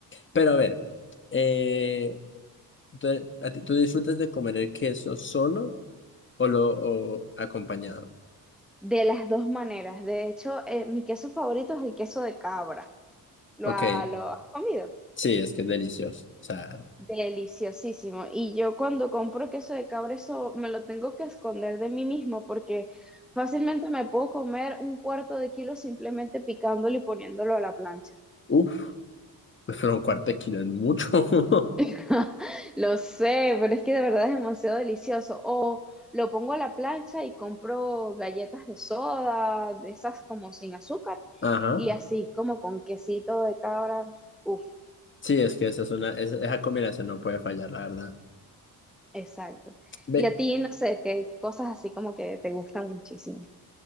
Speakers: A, on the left; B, in the centre.
A: Pero a ver. Eh, ¿Tú, a ti- tú disfrutas de comer el queso solo o lo o acompañado?
B: de las dos maneras. De hecho, eh, mi queso favorito es el queso de cabra. ¿Lo,
A: Ok,
B: ha- lo has comido?
A: sí, es que es delicioso. O sea,
B: Deliciosísimo. Y yo cuando compro queso de cabra, eso me lo tengo que esconder de mí mismo porque fácilmente me puedo comer un cuarto de kilo simplemente picándolo y poniéndolo a la plancha.
A: uff, <laughs> pero un cuarto de kilo es mucho. <laughs>
B: <laughs> Lo sé, pero es que de verdad es demasiado delicioso. O lo pongo a la plancha y compro galletas de soda, de esas como sin azúcar,
A: Ajá.
B: y así como con quesito de cabra. Uf,
A: Sí, es que esa es una, esa, esa combinación no puede fallar, la verdad.
B: exacto.
A: Ve,
B: Y a ti, no sé, qué cosas así como que te gustan muchísimo.